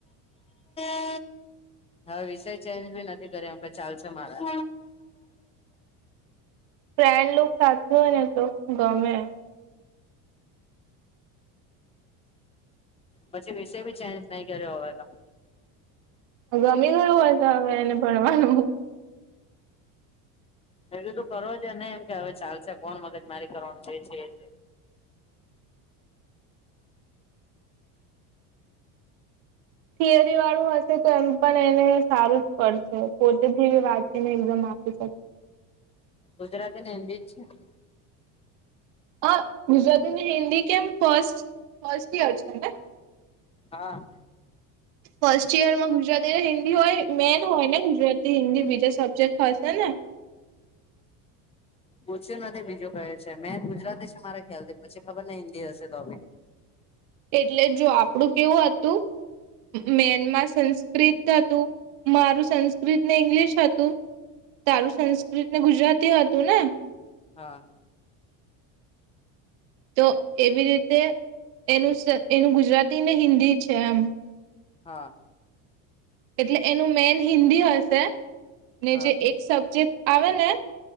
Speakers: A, on the right; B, on the left.
A: <inaudible>
B: <inaudible> હા વિષય ચેન્જ ભી નથી કર્યો એમ કે ચાલશે મારા.
A: ફ્રેડ લુક સાથે હોય ને તો ગમે.
B: પછી વિષય ભી ચેન્જ નહી કર્યો હોવેકા
A: ગમી ગયું હશે હવે એને ભણવાનું
B: એ કીધું કરવો છે ને એમ કે હવે ચાલશે કોણ મગજ મારી કરવાનું જે છે <unintelligible>
A: થિયરી વાળું હશે તો એમ પણ એને સારું જ પડશે પોતેથી વાંચીને એક્ઝામ આપી શકે
B: ગુજરાતી ને હિન્દી જ છે
A: અ ગુજરાતી ને હિન્દી કેમ ફસ્ટ ફસ્ટ યર છે ને
B: હા.
A: ફર્સ્ટ યરમાં ગુજરાતી ને હિન્દી હોય મેન હોય ને ગુજરાતી હિન્દી બીજે સબ્જેક્ટ. ફસના.
B: પૂછ્યું નથી બીજું કહે છે મેં ગુજરાતી છે મારે ખ્યાલથી પછી ખબર ની હિન્દી હશે તો બી
A: એટલે જો આપડું કેવું હતું. મેનમાં સંસ્કૃત હતું મારું સંસ્કૃત ને ઇંગ્લિશ હતું. તારું સંસ્કૃત ને ગુજરાતી હતું ને.
B: હા.
A: તો એવી રીતે એનું એનું ગુજરાતી ને હિન્દી છે એમ.
B: હા.
A: એટલે એનું મેન હિન્દી હશે ને
B: હા
A: જે એક સબ્જેક્ટ આવે ને